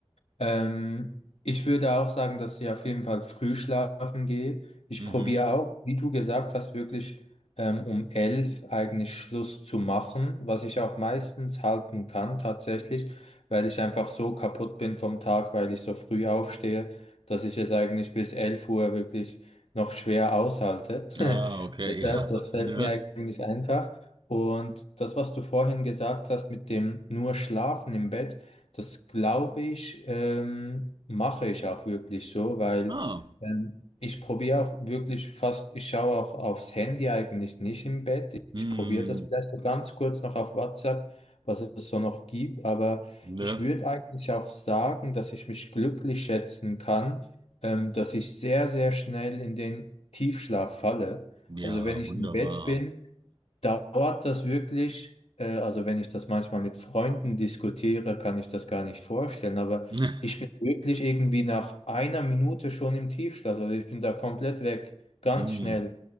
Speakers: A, on the left (about 85°); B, on the right (about 50°).
A: Ähm, ich würde auch sagen, dass ich auf jeden Fall früh schlafen gehe. Ich
B: Mhm.
A: probiere auch, wie du gesagt hast, wirklich ähm, um elf eigentlich Schluss zu machen, was ich auch meistens halten kann tatsächlich, weil ich einfach so kaputt bin vom Tag, weil ich so früh aufstehe, dass ich es eigentlich bis elf Uhr wirklich noch schwer aushalte. <laughs>
B: Ah, okay,
A: Deshalb,
B: <laughs> ja,
A: das fällt
B: ne?
A: mir eigentlich einfach. Und das, was du vorhin gesagt hast mit dem nur Schlafen im Bett, das glaube ich, ähm, mache ich auch wirklich so, weil
B: Ah,
A: ähm, ich probiere auch wirklich fast, ich schaue auch aufs Handy eigentlich nicht im Bett.
B: hm,
A: Ich probiere das vielleicht so ganz kurz noch auf WhatsApp, was es so noch gibt. Aber
B: ne?
A: ich würde eigentlich auch sagen, dass ich mich glücklich schätzen kann, ähm, dass ich sehr, sehr schnell in den Tiefschlaf falle.
B: Ja,
A: Also wenn ich
B: wunderbar.
A: im Bett bin, dauert das wirklich, äh, also wenn ich das manchmal mit Freunden diskutiere, kann ich das gar nicht vorstellen, aber
B: <laughs>
A: ich bin wirklich irgendwie nach einer Minute schon im Tiefschlaf, also ich bin da komplett weg, ganz
B: Hm.
A: schnell.